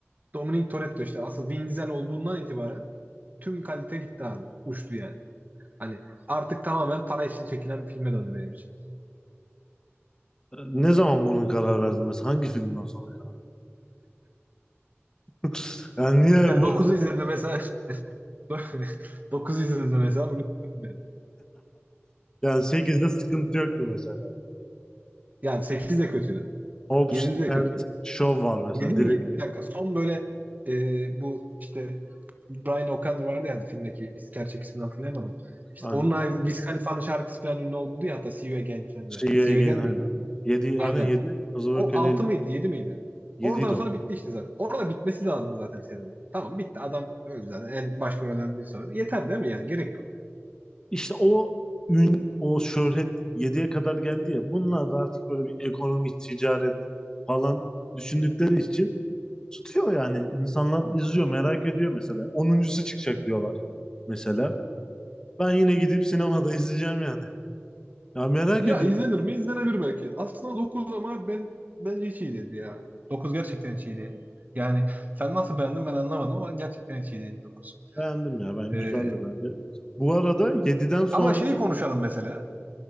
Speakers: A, on the right; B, on the left.
A: Dominic Toretto işte asıl Vin Diesel olduğundan itibaren tüm kalite gitti abi. Uçtu yani. Hani artık tamamen para için çekilen bir filme döndü benim için.
B: e, ne zaman bunun karar verdin mesela? Hangi filmden sonra? <laughs> Yani niye
A: Ya
B: bu?
A: dokuzu izledim mesela. <laughs> Dokuzu izledim mesela bunu izledim ben.
B: Yani 8'de sıkıntı yoktu mesela.
A: Yani 8 de kötüydü.
B: Hobbs
A: 7 de
B: and
A: kötüydü.
B: Shaw var mesela
A: 7 miydi?
B: direkt.
A: Bir dakika. Son böyle e, bu işte Brian O'Connor vardı yani filmdeki gerçek ismini hatırlayamadım. İşte
B: Aynen.
A: onun aynı Wiz Khalifa'nın şarkısı falan ünlü oldu ya hatta See You Again falan diye.
B: See you
A: See You
B: again
A: Again miydi?
B: aynen. yedi.
A: Aynen.
B: aynen 7. Hızlı
A: O
B: ve Öfkeliydi.
A: 6 mıydı Yedi miydi?
B: 7
A: Oradan sonra bitti işte zaten. Orada bitmesi lazım zaten senin. Tamam bitti. Adam öldü zaten. En başka ölen bir sonra. Yeter değil mi yani? Gerek yok.
B: İşte o ün, o şöhret 7'ye kadar geldi ya. Bunlar da artık böyle bir ekonomi, ticaret falan düşündükleri için tutuyor yani. İnsanlar izliyor, merak ediyor mesela. Onuncusu çıkacak diyorlar mesela. Ben yine gidip sinemada <laughs> izleyeceğim yani. Ya merak
A: Ya
B: ediyorum.
A: izlenir mi? İzlenebilir belki. Aslında 9 ama ben bence hiç iyi değildi ya. dokuz gerçekten hiç iyi değildi. Yani sen nasıl beğendin ben anlamadım ama gerçekten hiç iyi değildi 9.
B: Beğendim ya. Ben
A: Ee,
B: güzeldi bence. Bu arada yediden sonrasını
A: ama şeyi konuşalım mesela.